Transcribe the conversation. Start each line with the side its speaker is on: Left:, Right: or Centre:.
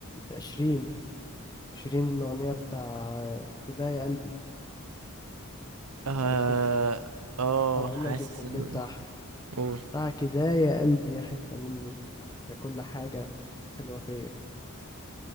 Left: عشرين عشرين من الاغنية بتاع كده يا قلبي
Right: اه
Left: الكوب
Right: اه
Left: هقول
Right: حاسس
Left: لك الكوبليه
Right: ال...
Left: بتاعها
Right: قول
Left: دعك ده يا قلبي يا حتة مني يا كل حاجة حلوة فيا